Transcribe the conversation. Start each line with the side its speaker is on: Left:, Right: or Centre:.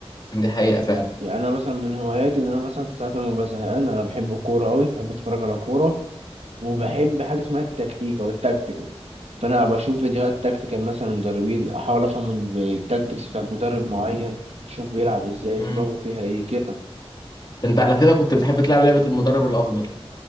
Left: دي حقيقة فعلا
Right: يعني انا مثلا من هواياتي ان انا مثلا ساعات لما ببقى زهقان انا بحب الكوره قوي بحب اتفرج على كوره وبحب حاجه اسمها التكتيك او التكتيكال فانا بشوف فيديوهات تكتيكال مثلا مدربين احاول افهم التكتيكس بتاعت مدرب معين اشوف بيلعب ازاي
Left: مم.
Right: دماغه فيها ايه كده
Left: انت على كده كنت بتحب تلعب لعبة المدرب الافضل